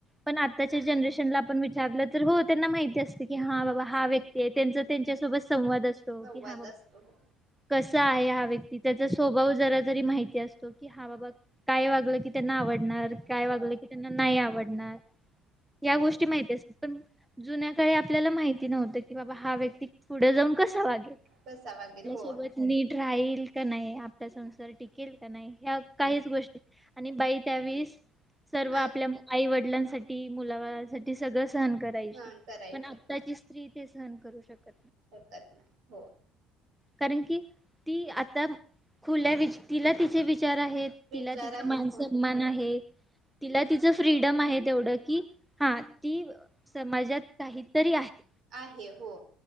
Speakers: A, in the centre; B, on the right (about 55°).
A: पण आताचे जनरेश त्यांना आपण विचारलं तर हो त्यांना माहिती असत की हा बाबा हा व्यक्ती आहे त्यांच त्यांच्यासोबत संवाद असतो
B: संवाद
A: की हा बाबा
B: असतो हो
A: कस त आहे हा व्यक्ती त्याचा स्वभाव जरा जरी माहिती असतो. की हा बाबा काय वागलं की त्यांना आवड णार काय
B: आवड
A: वागलं की त्यांना नाही आव आवडणार या
B: हो
A: गोष्टी माहिती अस पण जुन्या काळी आपल्याला माहिती नव्हतं की बाबा हा व्यक्ती पुढे जाऊन कस आपल्यासोबत
B: कसा वगैरे हो
A: नीट राहील ईल का नाही आपला संसार टी किल का नाही या काहीच गोष् आणि बाई त्यावेळीस सर्व आपल्या
B: आणि
A: वडलांसाठी मुलाबाळांसाठी सगळच सहन करायची
B: सहन करायचे
A: पण आत्ताची स्त्री ते सहन करू शकत
B: शकत नाही हो
A: कारण की, ती आता खुल्या विच तिला तिचे वि विचार आहे
B: विचार
A: तिला तिचा
B: आहेत
A: मान
B: हो
A: सन्मान आहे तिला ति फ्रीडम आहे तेवढं की, हा ती समाजात काहीतरी आहे.
B: आहे हो